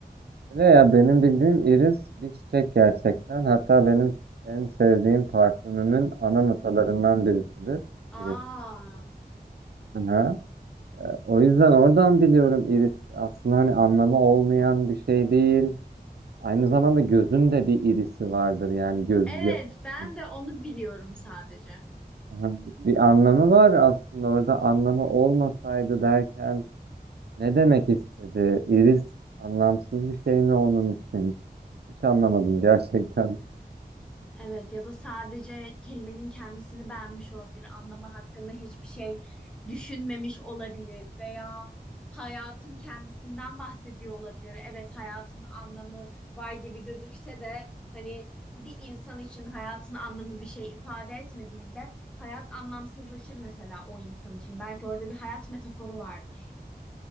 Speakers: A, on the right; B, in the centre.
A: Öyle ya benim bildiğim iris bir çiçek gerçekten. Hatta benim en sevdiğim parfümümün ana notalarından birisidir.
B: Aa.
A: İris. Aha. O yüzden oradan biliyorum iris aslında hani anlamı olmayan bir şey değil. Aynı zamanda gözün de bir irisi vardır yani göz
B: Evet,
A: yapısı.
B: ben de onu biliyorum sadece.
A: Aha, Bir anlamı var aslında orada anlamı olmasaydı derken ne demek istedi? İris anlamsız bir şey mi onun için? Hiç anlamadım gerçekten.
B: Evet ya da sadece kelimenin kendisini beğenmiş olabilir. Anlamı hakkında hiçbir şey düşünmemiş olabilir veya hayatın kendisinden bahsediyor olabilir. Evet hayatın anlamı var gibi gözükse de hani bir insan için hayatın anlamı bir şey ifade etmediğinde hayat anlamsızlaşır mesela o insan için. Belki orada bir hayat metaforu vardır.